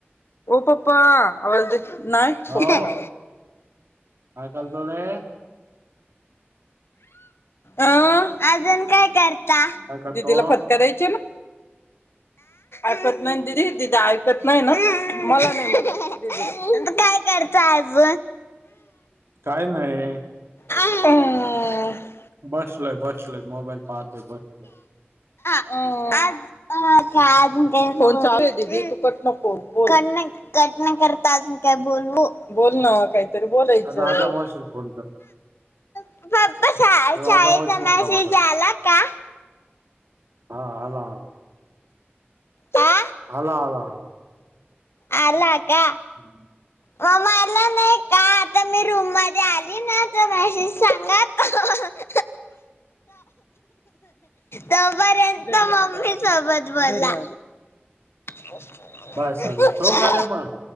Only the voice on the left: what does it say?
पप्पा आ नाय
प्पा ना
अं अजून काय करता
दिदीला फतकारायचे ना
ऐकत नाही ददी ददी ऐकत नाही ना मला नाही करत अज
ह
हा फोन चालू
आहे दीदी फुकट नको हा बोल कटना करताजून काय बोलवू बोल ना काय तरी बोलायचं
हा पप्पा शाळेचा
मेसेज
आला का
हा
अला का
मग मला नाही का आता मी रूम मध्ये आली ना तर मेसेज सांग त
तपर्यंत मम्मी सोबत बोलला हा